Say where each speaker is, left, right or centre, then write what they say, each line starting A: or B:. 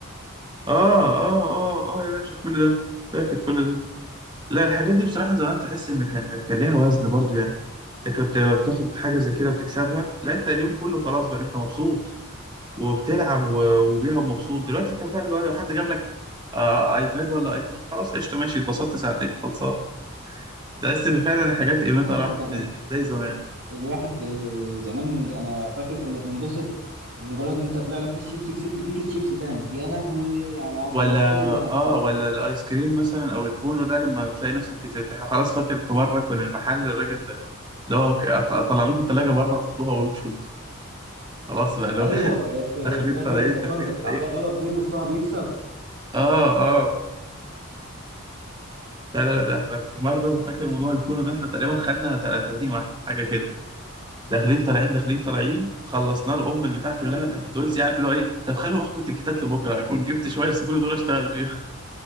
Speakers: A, on the right; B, on the right.
A: اه اه اه اه يا باشا كل ده فاكر كل ده لا الحاجات دي بصراحة زمان تحس ان كان كان ليها وزن برضو يعني انت كنت لما بتاخد حاجة زي كده بتكسبها لا انت اليوم كله خلاص بقى انت مبسوط وبتلعب و- وبيها ومبسوط دلوقتي انت فاهم اللي هو لو حد جاب لك آه ايباد ولا ايفون خلاص قشطة ماشي اتبسطت ساعتين خلصان تحس ان فعلا الحاجات
B: لا
A: قيمتها
B: لا
A: راحت
B: ده
A: مش مش زي زمان
B: الواحد آه، زمان انا فاكر كنا بننبسط لمجرد ان انت طلع لك كيس شيبسي كسبت فيه كيس شيبسي تاني يا لهوي على العظمه
A: ولا
B: ايه ده
A: اه ولا الايس كريم مثلا او الكونو ده لما تلاقي نفسك كسبت احنا خلاص فاكر في مره كنا المحل الراجل اللي هو ك- أط- طلع لكم الثلاجه بره وخدوها وامشوا انتوا خلاص بقى اللي
B: ايوه
A: هو <laughs>
B: كانت
A: داخلين
B: فاكر
A: طالعين
B: الكرتون
A: داخلين
B: اللي كانت
A: طالعين
B: متعبيه غلط دي نصها بيكسب
A: اه اه لا لا لا، ده احنا في مره أنا فاكر موضوع الكونو ده احنا تقريبا خدنا تل- 30 واحده حاجه كده داخلين طالعين داخلين طالعين خلصنا له ام البتاع كلها
B: ايوه
A: بتاعت الدولسي عارف اللي هو ايه طب خلوا اخد الكتاب لبكره اكون جبت شويه سيبوا لي دول اشتغل بيه